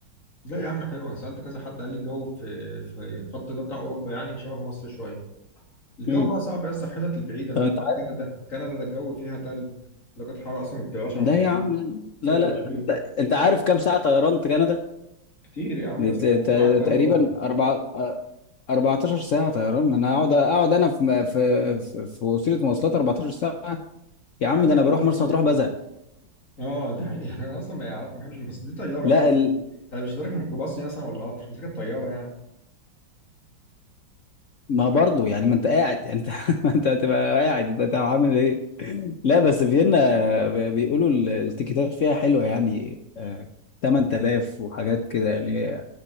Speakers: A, on the left; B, on the left.
A: لا يا عم حلو انا سالت كذا حد قال لي الجو في في الخط ده بتاع اوروبا يعني شبه مصر شويه الجو
B: امم
A: بقى صعب يا اسطى في الحتت البعيده
B: طب
A: زي
B: انت
A: ما قلت
B: عارف
A: لك كندا كندا ده الجو فيها تلج درجه الحراره اصلا ما بتبقاش عن
B: ده
A: 20
B: يا عم
A: سالب
B: لا لا
A: 20
B: انت أنت عارف كام ساعة طيران كندا
A: كتير يا عم
B: ت-
A: بس هنتكلم
B: ت-
A: على الجو
B: تقريبا
A: بقى
B: أربعة آه، 14 ساعة طيران انا اقعد اقعد انا في في في في وسيلة مواصلات 14 ساعة يا عم
A: عادي
B: ده انا
A: يعني
B: بروح
A: نعمل
B: مرسى مطروح
A: ايه
B: بزهق
A: اه دي حقيقه <laughs> انا اصلا ما عارف ما بحبش بس دي طياره
B: لا
A: اصلا
B: ال...
A: طيب مش راكب ميكروباص يعني اصلا ولا قطر انت راكب طياره يعني
B: ما برضه يعني ما انت قاعد يعني انت <laughs> ما انت هتبقى قاعد انت هتبقى عامل ايه لا بس فيينا ب- بيقولوا ال- التيكيتات فيها حلوة يعني آه، 8000 وحاجات كده يعني